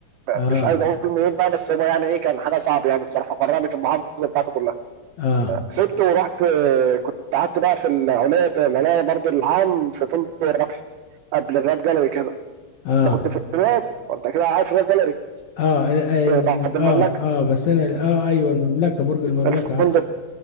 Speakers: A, on the left; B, on the right.
A: اه
B: مش عايز اقول منين بقى بس هو يعني ايه كان حاجه صعبه يعني الصراحه قرعني في المحافظه بتاعته كلها
A: اه
B: سبته ورحت آه، كنت قعدت بقى في العليا العليا برضو العام في فندق الربح قبل الراب جاليري كده
A: اه
B: انت كنت في الرياض وانت كده عارف الراب جاليري
A: اه أنا-
B: بعد المملكه
A: اه اه آه، بس انا اه ايوه المملكة برج المملكة
B: الفندق
A: عارفه